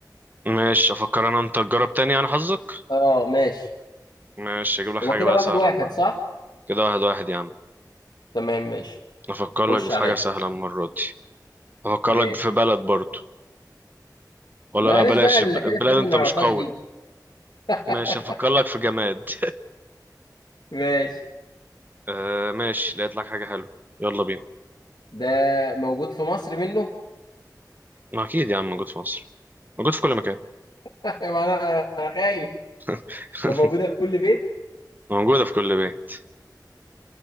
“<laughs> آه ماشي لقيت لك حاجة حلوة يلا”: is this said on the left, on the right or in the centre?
Right